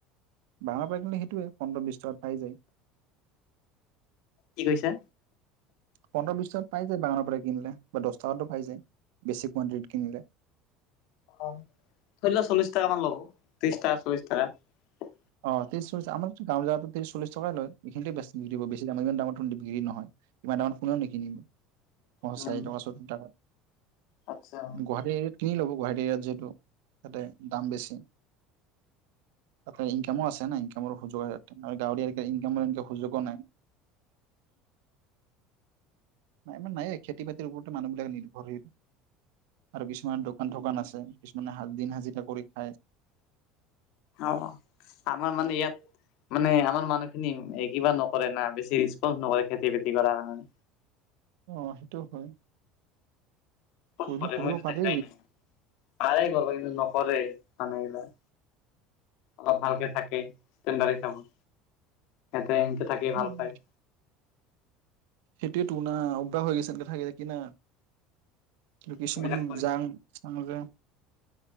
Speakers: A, on the right; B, on the left.
A: ডাঙৰ পাই কিন্তু সেইটোৱে পোন্ধৰ, বিছ টকাত পাই যায়।
B: কি কৈছা?
A: পোন্ধৰ বিছ টকাত পাই যায় বাগানৰ পৰা কিনিলে বা দছ টকাটো পাই যায় বেছি কোৱণ্টিটিত কিনিলে।
B: অ' ধৰি লোৱা চল্লিছ টকা মান ল'ব, ত্ৰিছ টকা চল্লিছ টাকা।
A: অ ত্ৰিছ, চল্লিছ আমাৰটো গাঁও জাগাতটো ত্ৰিছ, চল্লিছ টকাই লয়। এইখিনতে বেছ বিক্ৰী দ বেছি দাম <unintelligible> ইমান দামতো বিক্ৰী নহয় ইমান দামত কোনেও নিকিনিব পঞ্চশ
B: উম।
A: চাৰি টকা চৈত্তৰ টকা।
B: আচ্ছা।
A: গুৱাহাটী এত কিনি ল'ব। গুৱাহাটী ইয়াত যিহেতু তাতে দাম বেছি। হয়, ইনকামো আছে না ইনকামৰ সুযোগতে গাঁৱৰি ইনকামৰ এনে সুযোগো নাই। ইমান নায়ে খেতি বাতিৰ ওপৰতে মানুহবিলাক নিৰ্ভৰশীল আৰু কিছুমান দোকান-থোকান আছে কিছুমানে হাজ দিন হাজিৰা কৰি খায়।
B: অ আমাৰ মানে ইয়াত মানে আমাৰ মানুহখিনি এ কিবা ন কৰে না বেছি ৰিছপন্ নকৰে খেতিৰ খেতি কৰা হয়।
A: অ সেইটোও হয়।
B: কু
A: কৰিলে
B: কৰে
A: কৰিব
B: মইটো
A: পাৰি
B: দেখাই নাই। পাৰে কৰিব কিন্তু নক কৰে। মানুহবিলাক অলপ ভালকে থাকে, ষ্টাইল মাৰে তাহুন। সেনকে থাকিয়ে
A: উম,
B: ভাল পায়।
A: সেইটো টো না। অভ্যাস হৈ গৈছে এনকে থাকি থাকি না। কিছুমান
B: এইবিলাক কৰে
A: যাং চাং যে